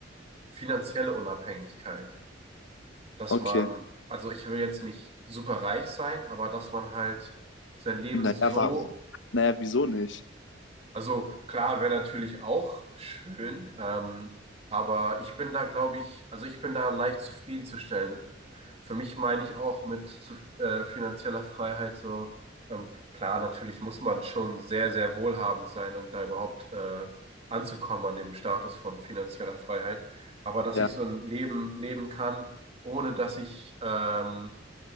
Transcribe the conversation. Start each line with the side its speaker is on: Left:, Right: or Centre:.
Right: finanzielle Unabhängigkeit. Dass
Left: Okay.
Right: man, also ich will jetzt nicht super reich sein, aber dass man halt sein Leben
Left: Naja,
Right: so,
Left: war, naja, wieso nicht?
Right: also klar, wäre natürlich auch schön, ähm, aber ich bin da, glaube ich, also ich bin da leicht zufriedenzustellen für mich meine ich auch mit zu, äh, finanzieller Freiheit so, ähm, klar, natürlich muss man schon sehr, sehr wohlhabend sein, um da überhaupt äh, anzukommen an dem Status von finanzieller Freiheit. Aber dass
Left: Ja,
Right: ich so ein Leben leben kann, ohne dass ich ähm,